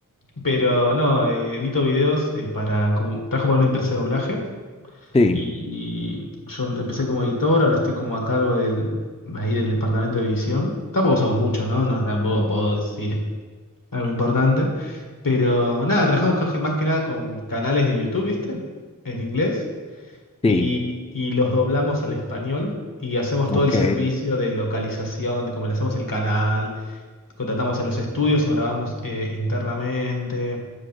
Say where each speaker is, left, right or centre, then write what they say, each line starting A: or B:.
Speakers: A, on the left (about 75°); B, on the left (about 20°).
A: pero no, eh, edito videos eh, para, como, trabajo para una empresa de doblaje.
B: Sí,
A: Y yo empecé como editor, ahora estoy como a cargo del, ahí del departamento de edición. Tampoco somos muchos, ¿no? No, tampoco puedo decir algo importante. Pero nada, trabajamos ca- más que nada con canales de YouTube, ¿viste? En inglés.
B: sí,
A: Y, y los doblamos al español y hacemos
B: ok.
A: todo el servicio de localización, de cómo le hacemos el canal, contratamos a los estudios o grabamos eh, internamente.